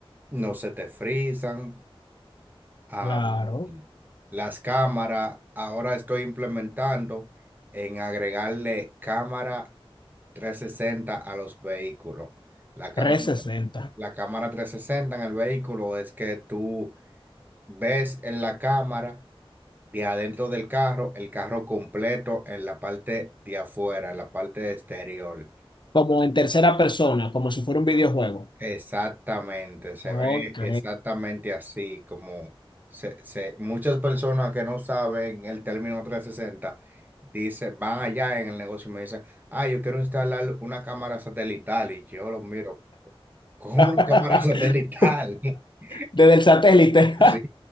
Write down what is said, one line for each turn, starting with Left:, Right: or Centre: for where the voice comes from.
Right: no se te frisan am,
Left: claro,
Right: las cámaras. Ahora estoy implementando en agregarle cámara 360 a los vehículos. La cámara,
Left: trescientos sesenta.
Right: la cámara 360 en el vehículo es que tú ves en la cámara de adentro del carro, el carro completo en la parte de afuera, en la parte exterior.
Left: como en tercera persona, como si fuera un videojuego.
Right: Exactamente, se
Left: ok.
Right: ve exactamente así, como se, se- muchas personas que no saben el término 360 dicen, van allá en el negocio y me dicen, ah, yo quiero instalar una cámara satelital y yo los miro, ¿cómo
Left: <laughs>
Right: una cámara satelital? <laughs>
Left: Desde el satélite.
Right: Sí,